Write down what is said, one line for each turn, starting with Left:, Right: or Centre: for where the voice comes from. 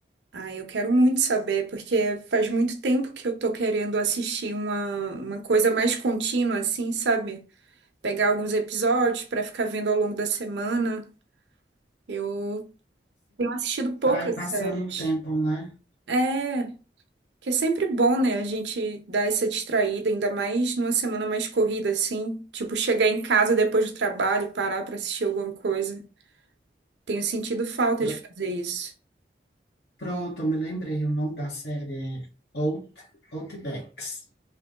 Right: Ah, eu quero muito saber, porque faz muito tempo que eu tô querendo assistir uma, uma coisa mais contínua, assim, sabe? Pegar alguns episódios pra ficar vendo ao longo da semana. Eu tenho assistido poucas
Left: para ir passando
Right: séries.
Left: o tempo, né?
Right: É, que é sempre bom, né? A gente dar essa distraída, ainda mais numa semana mais corrida, assim, tipo, chegar em casa depois do trabalho, parar pra assistir alguma coisa. Tenho sentido falta
Left: Pro-
Right: de fazer isso.
Left: Pronto, eu me lembrei, o nome da série é Out, Outbacks,